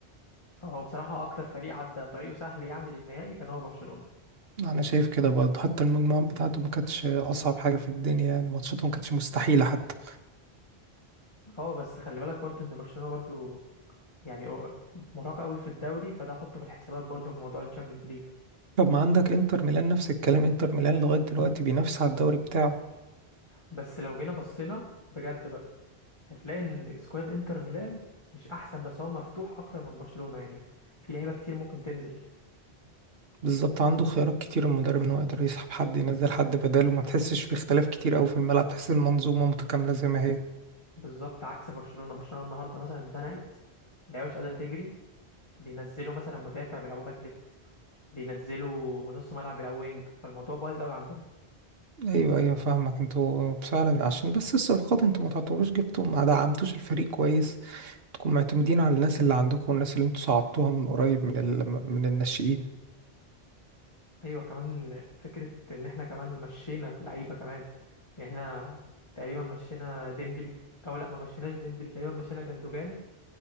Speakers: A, on the left (about 25°); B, on the right (about 65°).
A: آه، هو بصراحه اكتر فريق عدى طريقه سهل يعني للنهائي كان هو برشلونه
B: انا شايف كده برضه حتى المجموعات بتاعته ما كانتش اصعب حاجة في الدنيا يعني ماتشاته ما كانتش مستحيلة حتى
A: اه بس خلي بالك برضو ان برشلونة برضو يعني مرهقة قوي في الدوري فده حطه في الحسابات برضو في موضوع الشامبيونز ليج
B: طب ما عندك انتر ميلان نفس الكلام انتر ميلان لغاية دلوقتي بينافس على الدوري بتاعه
A: بس لو جينا بصينا بجد بقى هتلاقي ان سكواد انتر ميلان مش احسن بس هو مفتوح اكتر من برشلونة يعني في لعيبة كتير ممكن تنزل
B: بالظبط عنده خيارات كتير المدرب ان هو يقدر يسحب حد ينزل حد بداله ما تحسش باختلاف كتير قوي في الملعب تحس المنظومه متكامله زي ما هي
A: بالظبط عكس برشلونة برشلونة النهاردة مثلا اتزنقت اللعيبة مش قادرة تجري بينزلوا مثلا مدافع بيلعبوا باك ليفت بينزلوا نص ملعب بيلعبوا وينج فالموضوع بايظ قوي عندنا
B: ايوه ايوه فاهمك انتوا فعلا عشان بس الصفقات انتوا ما تعتبروش جبتوا ما دعمتوش الفريق كويس تكونوا معتمدين على الناس اللي عندكم والناس اللي انتوا صعدتوها من قريب من ال... من الناشئين
A: ايوه كمان فكره ان احنا كمان مشينا لعيبه كمان يعني احنا تقريبا مشينا ديمبلي او لا ما مشيناش ديمبلي تقريبا مشينا جندوجان